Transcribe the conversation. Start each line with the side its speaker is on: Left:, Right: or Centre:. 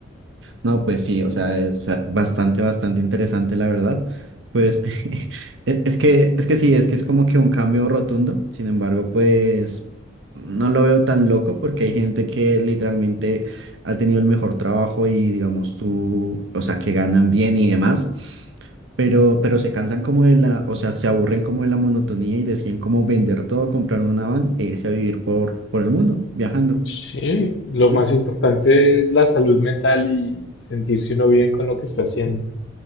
Right: No, pues sí, o sea, es ah, bastante, bastante interesante, la verdad. Pues <laughs> e- es que, es que sí, es que es como que un cambio rotundo. Sin embargo, pues no lo veo tan loco porque hay gente que literalmente ha tenido el mejor trabajo y digamos tú, o sea, que ganan bien y demás, pero, pero se cansan como de la, o sea, se aburren como de la monotonía y deciden como vender todo, comprar una van e irse a vivir por, por el mundo, viajando.
Left: Sí, lo más
Right: Y,
Left: importante es la salud mental y sentirse uno bien con lo que está haciendo.